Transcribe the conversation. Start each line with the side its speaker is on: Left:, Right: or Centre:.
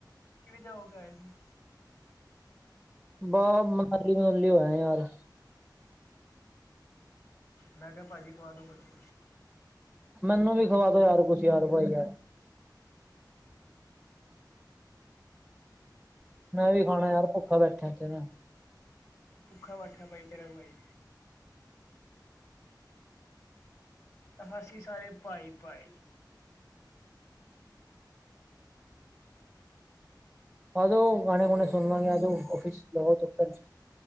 Left: ਕਿਹਵੇ ਜਗਾ ਹੋਕੇ ਆਏ ਜੀ।
Centre: ਬਹ ਮਨਾਲੀ ਮਨੁਲੀ ਹੋਇਆ ਯਾਰ
Left: ਮੈਂ ਕਿਹਾ ਭਾਜੀ ਖਵਾ ਦਿਓ ਕੁਛ
Centre: ਮੈਨੂੰ ਵੀ ਖਵਾ ਦਿੳ ਯਾਰ ਕੁਛ ਯਾਰ ਭਾਈ ਯਾਰ ਮੈਂ ਵੀ ਖਾਣਾ ਯਾਰ ਭੁੱਖਾ ਬੈਠਿਆ ਏਥੇ ਮੈਂ
Left: ਭੁੱਖਾ ਬੈਠਾ ਭਾਈ ਤੇਰਾ ਭਾਈ ਅਸੀ ਸਾਰੇ ਭਾਈ, ਭਾਈ।
Centre: ਆਜੋ ਗਾਣੇੇ ਗੁਣੇੇ ਸੁਣਲਾ ਗੇ ਆਜੋ ਆਫਿਸ ਲਗਾਓ ਚਕਰ ਜੀ